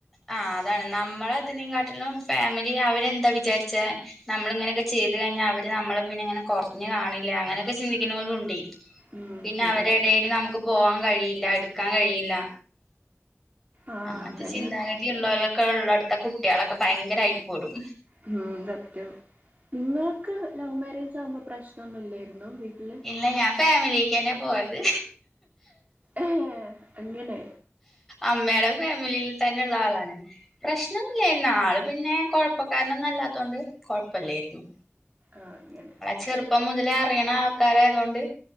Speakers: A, in the centre; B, on the right.
A: ആഹ് അതാണ് നമ്മളെ ഇതിനെക്കാട്ടിലും ഫാമിലി അവരെന്താ വിചാരിച്ചെ നമ്മള് ഇങ്ങനെയൊക്കെ ചെയ്തു കഴിഞ്ഞാ അവര് നമ്മളെ പിന്നെ ഇങ്ങനെ കൊറഞ്ഞു കാണില്ലേ അങ്ങനെയൊക്കെ ചിന്തിക്കുന്നോലും ഇണ്ടേ
B: ഉം
A: പിന്നെ
B: ശരിയാണ്
A: അവരെ എടേല് നമ്മക്ക് പോകാൻ കഴിയില്ലാ എടുക്കാൻ കഴിയില്ലാ
B: ആഹ്
A: അങ്ങൻത്തെ
B: അങ്ങനെയൊക്കെ
A: ചിന്താഗതി ഉള്ളോലൊക്കെ ഇള്ളെടുത്തെ കുട്ട്യാളൊക്കെ ഭയങ്കരായിട്ട് പെടും
B: ഉം സത്യം ഇങ്ങൾക്ക് ലവ് മാരേജ് ആവുമ്പോ പ്രശ്നൊന്നുല്ലായിരുന്നു വീട്ടില്
A: ഇല്ല ഞാൻ ഫാമിലിക്കെന്നെയാ പോയത്
B: ഏഹ് അങ്ങനെ
A: അമ്മേടെ ഫാമിലിയിൽ തന്നെ ഇള്ള ആളാണ് പ്രശ്നൊന്നും ഇല്ലായിരുന്നു ആള് പിന്നെ കൊഴപ്പക്കാരനൊന്നും അല്ലാത്തോണ്ട് കൊഴപ്പല്ല്യാര്ന്നു
B: ആഹ് അങ്ങനെ
A: ചെറുപ്പം മുതലേ അറിയണ ആൾക്കാരായതോണ്ട്